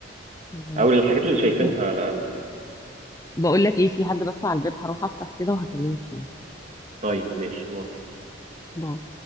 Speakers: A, on the left; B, on the right.
A: آه.
B: أو للحاجات اللي شايفينها
A: طب
B: على الأقل
A: بقول لك ايه في حد بس على الباب هروح افتح كده وهكلمك تاني
B: طيب ماشي
A: باي